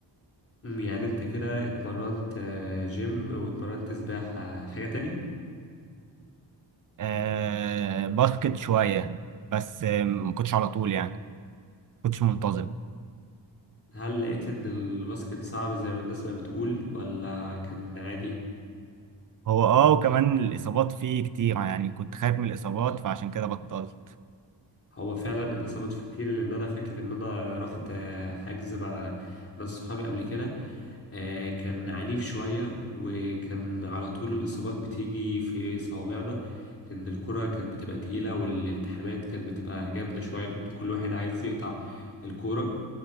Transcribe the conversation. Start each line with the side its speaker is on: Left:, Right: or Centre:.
Left: أمم، يعني انت كده اتمرنت آه، جيم واتمرنت سباحة حاجة تاني
Right: آه باسكت شوية بس آه، ما كنتش على طول يعني ما كنتش منتظم
Left: هل لقيت ان الباسكت صعب زي ما الناس ما بتقول ولا كان عادي
Right: هو اه وكمان الإصابات فيه كتير يعني كنت خايف من الإصابات فعشان كده بطلت
Left: هو فعلا اللي ثبت في كتير لان انا فاكر ان انا رحت آه، حجز مع ناس صحابي قبل كده آه، كان عنيف شوية وكان على طول الاصابات بتيجي في صوابعنا لان الكرة كانت بتبقى تقيلة والالتحامات كانت بتبقى جامدة شوية لان كل واحد عايز يقطع الكورة